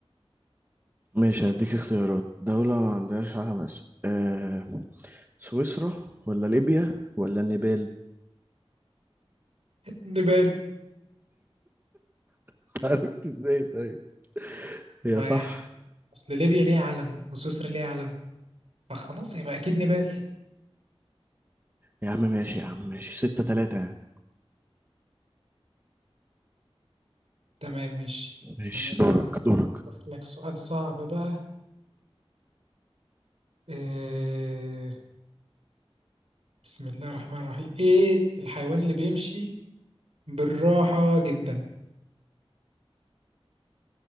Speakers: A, on the right; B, on the right.
A: ماشي هديك اختيارات دولة ما عندهاش حماس آه سويسرا ولا ليبيا ولا النيبال
B: <laughs> نيبال
A: <laughs> عرفت ازاي طيب هي
B: ما
A: صح
B: يعني اصل ليبيا ليها علم وسويسرا ليها علم فخلاص يبقى اكيد نيبال
A: يا عم ماشي يا عم ماشي ستة تلاتة يعني
B: تمام ماشي
A: ماشي
B: ثانية بقى
A: دورك دورك
B: اشوف لك سؤال صعب بقى إيه... بسم الله الرحمن الرحيم ايه الحيوان اللي بيمشي بالراحة جدا